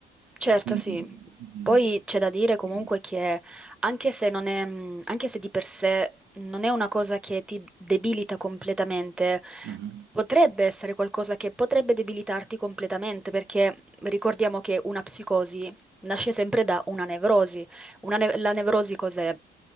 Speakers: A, in the centre; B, on the right (about 80°).
A: Certo,
B: E quindi,
A: sì.
B: mm,
A: Poi
B: mm,
A: c'è da dire comunque
B: quindi,
A: che anche se non è, mh, anche se di per sé non è una cosa che ti debilita completamente,
B: mhm,
A: potrebbe essere qualcosa che potrebbe debilitarti completamente, perché ricordiamo che una psicosi nasce sempre da una nevrosi. Una ne- la nevrosi cos'è?